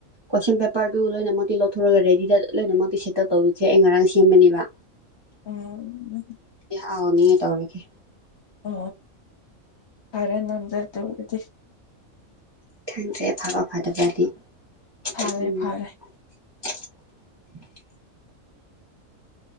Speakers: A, on the right; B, on the left.
A: ꯀꯣꯏꯁꯟ ꯄꯦꯄꯔꯗꯨ ꯂꯣꯏꯅꯃꯛ ꯂꯧꯊꯣꯛꯒ ꯔꯦꯗꯤꯗ ꯂꯣꯏꯅꯃꯛꯇꯤ ꯁꯦꯇꯜ ꯇꯧꯋꯤꯈꯩ ꯑꯩ ꯉꯔꯥꯡ ꯁꯦꯝꯕꯅꯦꯕ
B: <unintelligible>
A: ꯑꯥꯎ ꯅꯦ ꯇꯧꯔꯤꯒꯦ
B: ꯑ ꯐꯔꯦ ꯅꯪꯗ ꯑꯗꯨ ꯑꯣꯏꯔꯗꯤ
A: <unintelligible>
B: ꯐꯔꯦ
A: <unintelligible>
B: ꯐꯔꯦ